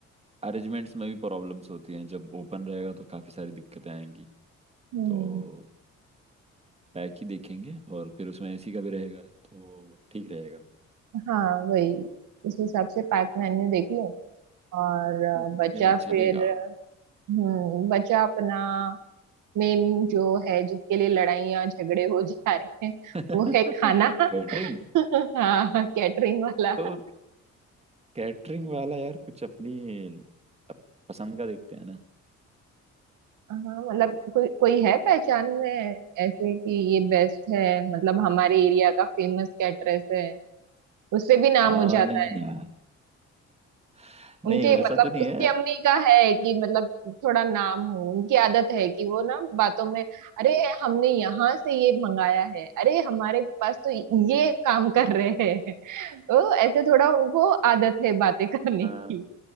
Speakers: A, on the right (about 20°); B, on the right (about 80°).
A: अरेंजमेंट्स में भी प्रॉब्लम्स होती हैं जब ओपन रहेगा तो काफ़ी सारी दिक्कतें आएंगी
B: हम्म
A: तो पैक ही देखेंगे और फिर उसमें एसी का भी रहेगा तो ठीक रहेगा
B: हाँ वही उस हिसाब से पैक मेन्यू देख लो और अ,
A: ओके
B: बचा
A: चलेगा
B: फिर हम्म बचा अपना मेन जो है जिसके लिए लड़ाइयाँ झगड़े हो जा रहे हैं
A: <laughs>
B: वो है खाना
A: कैटरिंग
B: <laughs> हाँ कैटरिंग वाला
A: तो कैटरिंग वाला यार कुछ अपनी अप- पसंद का देखते हैं ना
B: हाँ मतलब कोई कोई है पहचान में ऐसे कि ये बेस्ट है मतलब हमारे एरिया का फेमस कैटरेस है उससे भी नाम
A: आ,
B: हो जाता
A: नहीं
B: है
A: यार <laughs> नहीं
B: उनके
A: वैसा
B: मतलब
A: तो नहीं
B: उसकी
A: है
B: अम्मी का है कि मतलब थोड़ा नाम हो उनकी आदत है कि वो ना बातों में अरे हमने यहाँ से ये मंगाया है अरे हमारे पास तो ये काम कर रहे हैं <laughs> तो ऐसे थोड़ा उनको आदत है बातें करने
A: बट
B: की